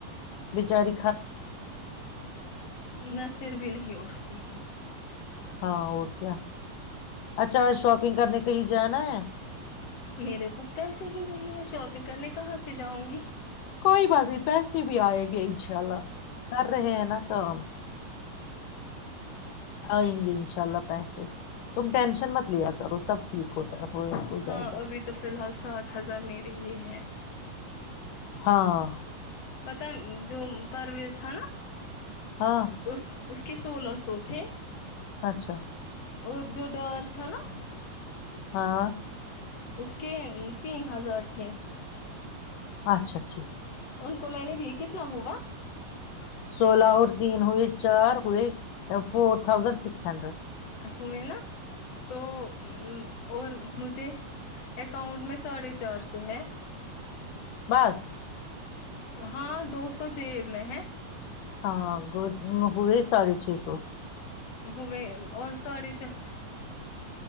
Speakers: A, on the left; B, on the left.
A: بچاری
B: میں پھر بھی نہیں اٹھتی ہوں
A: ہاں اور کیا اچھا اور شاپنگ کرنے کے ہی جانا ہے
B: میرے پاس پیسے ہی نہیں ہے شاپنگ کرنے کہاں سے جاؤں گی
A: کوئی بات نہیں پیسے بھی آئے گئے انشاء اللہ کر رہے ہیں نا کام آئیں گے انشاء اللہ پیسے تم ٹینشن مت لیا کرو سب ٹھیک
B: ہ
A: ہوتا ہے ہو ہو
B: ہاں
A: جائے گا
B: ابھی تو فی الحال سات ہزار میرے یہ ہے
A: ہاں
B: پتہ جو پرویز تھا نا
A: ہاں
B: اس اس کے سولہ سو تھے
A: اچھا
B: اور جو ڈر تھا ہے نا
A: ہاں
B: اس کے تین ہزار تھے <unintelligible>
A: اچھا ٹھیک ہے <unintelligible>
B: ان کو میں نے د کتنا ہوا <unintelligible>
A: سولہ اور تین ہوئے چار ہوئے <unintelligible> فور تھاؤزنڈ سکس ہنڈریڈ
B: ہوئی نا <unintelligible> تو <unintelligible> اور مجھے اکاؤنٹ میں ساڑھے چار سو ہے
A: بس <inaudible>
B: ہاں دو سو ج میں ہے
A: ہاں گ <unintelligible> ہوئے ساھے چھ سو
B: ہوو اور ساڑے چ <unintelligible>